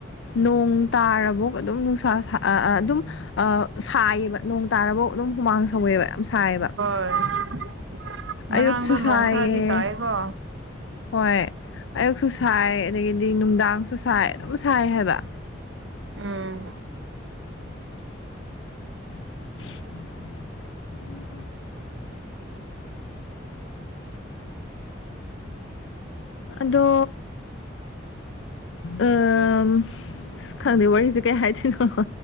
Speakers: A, on the left; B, on the right.
A: ꯅꯣꯡ ꯇꯥꯔꯕꯣꯛ ꯑꯗꯨꯝ ꯅꯨꯡꯁꯥ ꯁꯥ ꯑ ꯑꯗꯨꯝ ꯑ ꯁꯥꯏꯌꯦꯕ ꯅꯣꯡ ꯇꯥꯔꯐꯥꯎ ꯑꯗꯨꯝ ꯍꯨꯃꯥꯡ ꯁꯧꯋꯦꯕ ꯌꯥꯝ ꯁꯥꯏꯌꯦꯕ
B: ꯍꯣꯏ <inaudible>
A: ꯑꯌꯨꯛꯁꯨ ꯁꯥꯏꯌꯦ
B: ꯅꯣꯡ ꯈꯔꯗꯤ ꯇꯥꯏꯀꯣ
A: ꯍꯣꯏ ꯑꯌꯨꯛꯁꯨ ꯁꯥꯏ ꯑꯗꯒꯤꯗꯤ ꯅꯨꯡꯗꯥꯡꯁꯨ ꯁꯥꯏ ꯑꯗꯨꯝ ꯁꯥꯏ ꯍꯥꯏꯕ
B: ꯎꯝ
A: <unintelligible> <unintelligible> ꯑꯗꯣ ꯑꯝ ꯈꯪꯗꯦ ꯋꯥꯔꯤꯁꯦ ꯀꯩ ꯍꯥꯏꯗꯣꯏꯅꯣ